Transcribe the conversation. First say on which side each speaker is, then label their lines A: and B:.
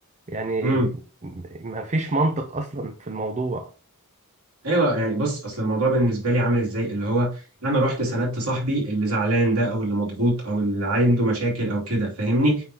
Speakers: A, on the right; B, on the right.
A: يعني
B: امم.
A: ما فيش منطق أصلا في الموضوع
B: ايوه يعني بص اصل الموضوع بالنسبه لي عامل ازاي اللي هو انا رحت سندت صاحبي اللي زعلان ده او اللي مضغوط او اللي عنده مشاكل او كده فاهمني